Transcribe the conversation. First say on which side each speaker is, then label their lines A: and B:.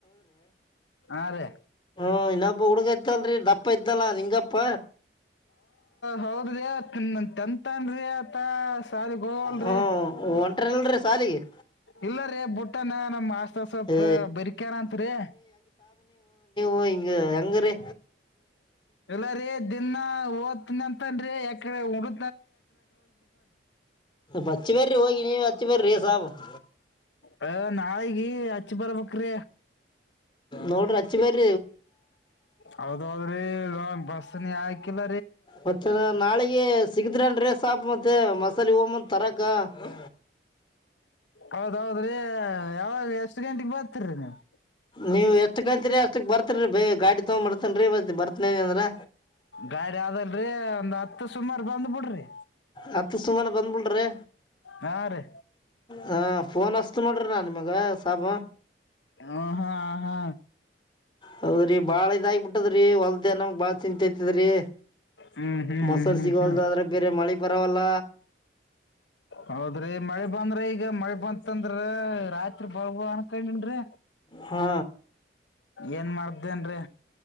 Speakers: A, on the left; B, on the left.
A: ಹಾ ರೀ
B: ಹ ಇನ್ನಪ್ಪ ಉಡುಗ ಎತ್ತಲ್ರಿ ದಪ್ಪ ಎತ್ತಲ್ಲಾ ನಿಂಗಪ್ಪ
A: ಹೌದ್ರಿ ಹ ತಂತನ್ರಿ ಆತ ಸಾರಿ ಗೋಲ್ರಿ
B: ಹ್ಮ್ ಹೊಂಟ್ರಲ್ರಿ ಸಾಲಿಗೆ
A: ಇಲ್ಲ ರೀ ಬುಟ್ಟನ ನಮ ಆಸ್ತವಪ
B: ಏ
A: ಬರಿಕ್ಯಾರ ಅತ್ರಿ
B: ಹ ಇ ಹೆಂಗ ರೀ
A: ಇಲ್ಲಾರಿ ದಿನಾ ಓದ್ತನಂತನ್ ಯಾಕಡೆ ಉಡು
B: ಬಚ್ಚಿ ಬರ್ರಿ ಹೋಗ ನೀ ಹಚ್ಚಿ ಬರ್ರಿ ಸಾಬ <unintelligible>
A: ಹ ನಾಳಗ ಅಚ್ಚಿ ಬರಬಕ್ಕ್ರ
B: ನೋಡ್ರಿ ರಚ್ಚಿ ಬೇರೆ
A: ಹೌದೌದ್ರಿ ಬಸನಿ ಆಕಿಲ್ಲ
B: ಮತ್ತೆ ನಾಳಿಗೆ ಸಿಗದ್ರನ್ ಸಾಪ್ ಮತ್ತೆ ಮಸಾಲೆ ಹಮ್ಮಂದ ತರಕ ಹ
A: ಹೌದೌದ್ರಿ ಯಾವಾಗ ಎಷ್ಟ್ ಗಂಟೆಗ್ ಬರ್ತೀರಿ ನೀವು
B: ನೀವು ಎಷ್ಟ ಕಂತರಿ ಎಷ್ಟ ಬರ್ತನ್ ಬೇ ಗಾಡಿ ತಗೊಂಡ್ ಬರ್ತೇನ್ಬತ್ತ ಬರ್ತನ್ ಅಂದ್ರ
A: ಗಾಡಿ ಆದಲ್ರಿ ಒಂದ್ ಹತ್ತು ಸುಮಾರ ಬಂದ್ ಬಿಡ್ರಿ
B: ಹತ್ತು ಸುಮನೆ ಬಂದ್ಬಿಡ್ರಿ
A: ಹಾ ರೀ
B: ಹಾ ಫೋನ್ ಅಸ್ತ್ ನೋಡ್ರಿ ನಾ ನಿಮಗ ಸಾಬ
A: ಆ ಹಾ ಆ ಹಾ
B: ಹೌದ್ರಿ ಬಾಳ ಇದಾಗಿಬ ಬಿಟ್ಟದ್ರೀ ಹೊಲ್ದ ಅನಮಂಗ ಬಾಳ ಚಿಂತ ತದ್ರೀ
A: ಹ್ಮ್ ಹ್ಮ್
B: ಮೊಸರು
A: ಹ್ಮ್
B: ಸಿಗೋಲ್ದು
A: ಹ್ಮ್
B: ಆದ್ರೆ ಬೇರೆ ಮಳೆ ಬರವಲ್ಲ
A: ಹೌದ್ರಿ ಮಳೆ ಬಂದ್ರ ಈಗ ಮಳೆ ಬಂತಂದ್ರಾತ್ ಬಾ ಅನ್ಕನ್ ಮಿಂಡ್ರೀ
B: ಹಾ
A: ಏನ್ ಮಾಡ್ದೇನ್ರರಿ